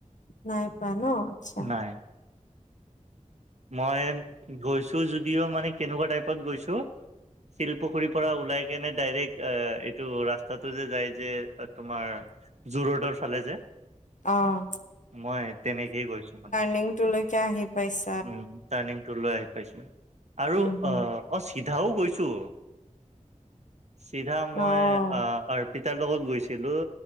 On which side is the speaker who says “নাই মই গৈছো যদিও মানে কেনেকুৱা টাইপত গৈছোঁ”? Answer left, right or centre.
Right